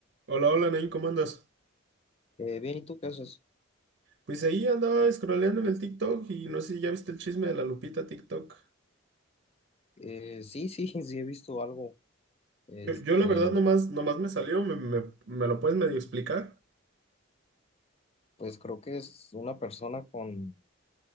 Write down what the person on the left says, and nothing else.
Eh, bien, ¿y tú qué haces?
Eh, sí, sí, <laughs> sí he visto algo. Este,
pues creo que es una persona con,